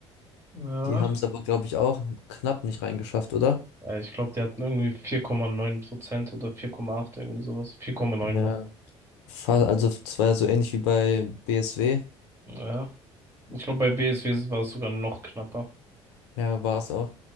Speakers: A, on the right; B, on the left.
A: Ja.
B: die haben es aber, glaube ich, auch knapp nicht reingeschafft, oder?
A: Ja, Ich glaube, die hatten irgendwie vier Komma neun Prozent oder vier Komma acht irgendwie sowas. Vier Komma neun
B: Ja,
A: war.
B: fa- also es war ja so ähnlich wie bei BSW.
A: Ja. Ich glaube, bei BSW war es sogar noch knapper.
B: Ja, war's auch.